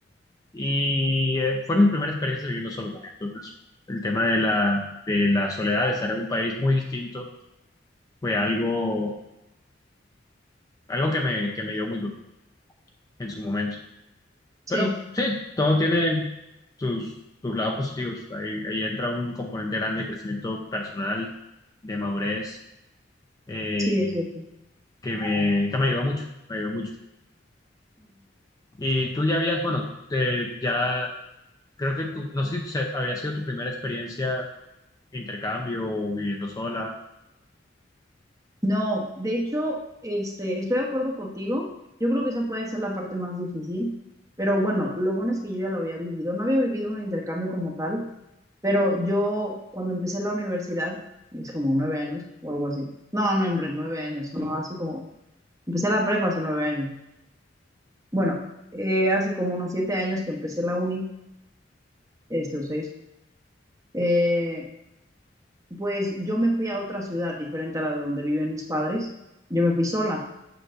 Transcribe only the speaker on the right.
sí,
sí, es cierto.
No, de hecho, este, estoy de acuerdo contigo. Yo creo que esa puede ser la parte más difícil, pero bueno, lo bueno es que yo ya lo había vivido. No había vivido un intercambio como tal, pero yo cuando empecé la universidad, es como nueve años o algo así. No, no, hombre, nueve años, no, hace como, empecé la prepa hace nueve años. Bueno, eh, hace como unos siete años que empecé la uni, este, o seis, eh, pues yo me fui a otra ciudad diferente a la de donde viven mis padres. Yo me fui sola.